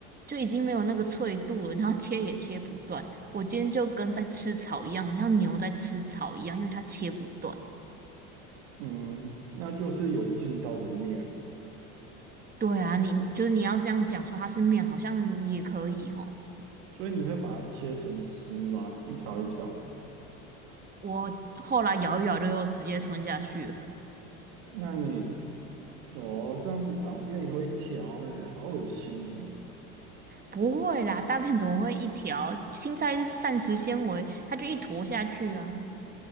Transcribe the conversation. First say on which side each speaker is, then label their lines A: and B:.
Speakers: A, on the right; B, on the right.
A: 就已经没有那个脆度了，然后切也切不断。我今天就跟在吃草一样，很像牛在吃草一样，因为它切不断。
B: 嗯，那就是有劲道的面，
A: 对啊，你就是你要这样讲说它是面，好像也可以吼。
B: 所以你会把它切成丝吗？一条一条的。
A: 我后来咬一咬就又直接吞下去了。
B: 那你哦，这样子大便也会条哎、好恶心哦！
A: 不会啦，大便怎么会一条？青菜是膳食纤维，它就一坨下去啊，